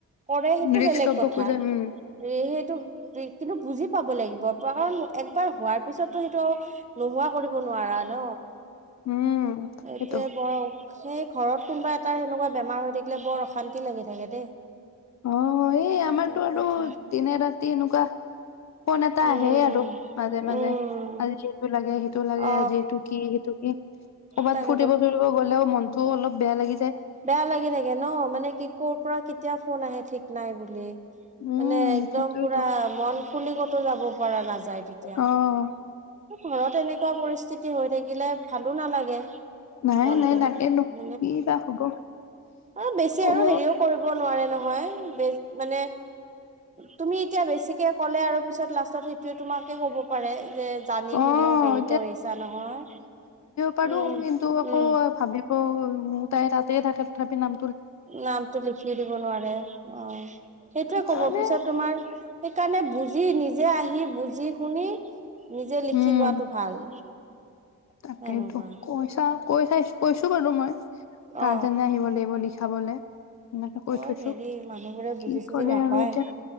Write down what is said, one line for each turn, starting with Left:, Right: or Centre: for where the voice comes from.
Right: কৰে সেইটো
Left: ৰিক্স
Right: বেলেগ
Left: ল'ব
Right: কথা
Left: খোজে উম
Right: সে সেইটো সেইটোৱে, তুমি বুজি পাব লাগিব। কাৰণ একবাৰ হোৱাৰ পিছতটো সেইটো আৰু নোহোৱা কৰিব নোৱাৰা ন।
Left: উম
Right: এইটোয়ে
Left: সেইটো
Right: বৰ, সেই ঘৰত কোনোবা এটা সেনেকোৱা বেমাৰ হৈ থাকিলে বৰ অশান্তি লাগি থাকে দেই।
Left: অ এই আমাৰতো
Right: তাকেতো
Left: আৰু দিনে ৰাতি এনেকুৱা ফোন এটা
Right: উম
Left: আহে আৰু মাজে মাজে,
Right: উম
Left: আজি এইটো লাগে সেইটো লাগে
Right: অ
Left: আজি এইটো কি সেইটো কি? ক'ৰবাত
Right: তাকেতো
Left: ফুৰিব চুৰিব গ'লেও মনটো অলপ বেয়া লাগি যায়।
Right: বেয়া লাগি থাকে ন, মানে কি কৰ' পৰা কেতিয়া? ফোন আহে ঠিক নাই বুলি।
Left: উম,
Right: মানে একদম
Left: সেইটোৱেতো
Right: পুৰা মন খুলি কতো যাব পৰা নাযায় তেতিয়া,
Left: অ',
Right: ঘৰত এনেকুৱা পৰিস্থিতি হৈ থাকিলে ভাল নালাগে
Left: নাই
Right: মনটো,
Left: নাই তাকেতো
Right: ম
Left: কি বা হ'ব
Right: অ বেছি
Left: হ'ব
Right: আৰু হেৰিও কৰিব নোৱাৰে নহয় বে মানে তুমি এতিয়া বেছিকে ক'লে আৰু পিছত লাষ্টত সেইটোয়ে তোমাকে ক'ব পাৰে, যে জানি
Left: অ',
Right: শুনিও হেৰি কৰিছা নহয়।
Left: পাৰোঁ,
Right: উম
Left: কিন্তু আকৌ
Right: উম
Left: ভাবিব উম, তাই তাতে থাকে তথাপি নাম
Right: নামটো লিখি দিব নোৱাৰে, অ সু <unintelligible> সেইটোয়ে
Left: সেইকাৰণে
Right: ক'ব পিছত, তোমাৰ সেইকাৰণে বুজ যি নিজি <unintelligible> নিজে আহি বুজি, শুনি নিজে লিখি
Left: উম।
Right: লোৱাটো ভাল।
Left: তাকেইতো,
Right: সেনেকুৱা
Left: কৈছা কৈ চাইছো, কৈছো বাৰু মই
Right: অ
Left: গাৰ্জেনে আহিব লাগিব, লিখ লিখাবলে। এনেকে কৈ
Right: বৰ
Left: থৈছো
Right: হেৰি, মানুহবোৰে
Left: কি
Right: বুজি-চুজি
Left: কৰে
Right: নাপায়,
Left: আৰু এতিয়া